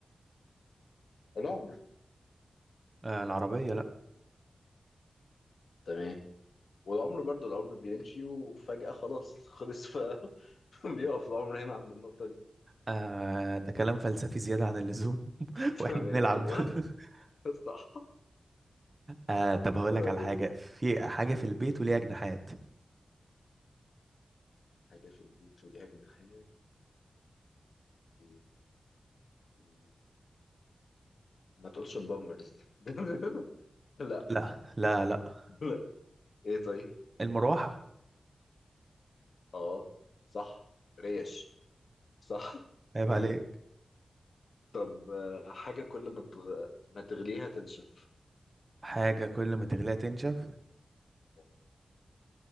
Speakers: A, on the left; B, on the right.
A: العمر
B: آه العربية لا
A: تمام والعمر برضو العمر بيمشي وفجأة خلاص خلص ف... <laughs> بيقف العمر هنا عند النقطة دي
B: آه ده كلام فلسفي زيادة عن اللزوم <laughs>
A: تمام
B: واحنا بنلعب
A: ايوه
B: <laughs>
A: صح
B: آه طب هقول لك
A: طيب
B: على حاجة في حاجة في
A: قول
B: البيت وليها جناحات
A: حاجة في البيت وليها جناحات ايه ال- ما تقولش البامبرز <laughs> لا
B: لا لا لا
A: لا ايه طيب
B: المروحة
A: اه صح ريش صح
B: عيب
A: تمام
B: عليك
A: طب آه، حاجة كل ما تغ... ما تغليها تنشف
B: حاجة كل ما تغليها تنشف
A: آه،